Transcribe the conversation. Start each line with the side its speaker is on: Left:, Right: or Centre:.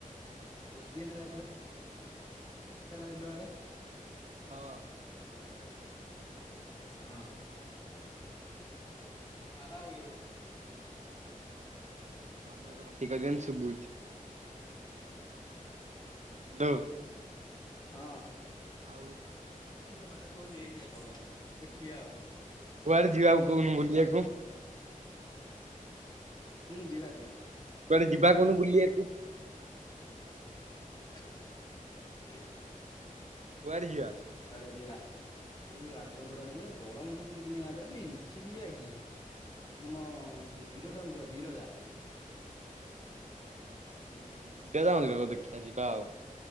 Left: ଖୁସି ଏନା ଯାଇଥିଲା। ରିଲୁଏ ଆଡ଼େ।
Right: ହଁ।
Left: ଖରାରେ ବଇଥିବି <unintelligible> ହଁ। ଝାଡା ହଉଛୁ ନା କଣ?
Right: ଧନକୁ କହ ପାଟି କରିବନୀ ସୁବୁଚି। ହ୍ୟାଲୋ।
Left: ହଁ।
Right: ଆଉ।
Left: ହଁ ସେଇଠି ତାକୁ କହ ସେଉଠି ଠିଆହବ ସେ ଠିଆ ହ।
Right: କୁଆଡେ ଯିବାକୁ କହୁନୁ ବୁଲିବାକୁ।
Left: ହୁଁ ଯିବା ଯିବା।
Right: କୁଆଡ଼େ ଯିବା କହୁନୁ ବୁଲିବାକୁ।
Left: <unintelligible>
Right: କୁଆଡ଼େ ଯିବା।
Left: କୁଆଡ଼େ ଯିବା ଏଇ ବାଲିଚନପୁର ଆଡ଼େ ଯିବା ଗଡମଧୁ ପୁର ଦିନେ ଯାଆନ୍ତି ଆବେ ଏଠିକି ଯିବାକି? କଣମ ବିରଜା ମନ୍ଦିର ବିରଜା?
Right: ହୁଁ ବିରଜା ମନ୍ଦିର ହୋଉ ଦେଖିଆ ଯିବା ଆଉ।